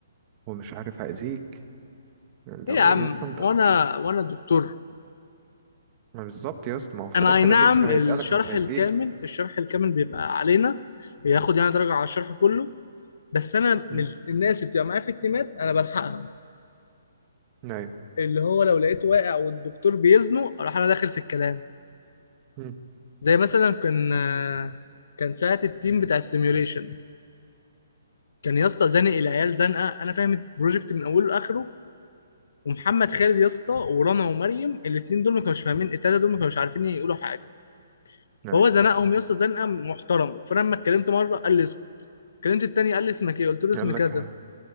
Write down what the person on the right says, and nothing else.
ومش عارف هأذيك اللي
هو
إيه يا اسطى انت
ما بالظبط يا اسطى ما هو في
الاخر
الدكتور
هيسألك مش هيسيبك
امم
ايوه
امم
ايوه
يقول
لك ه-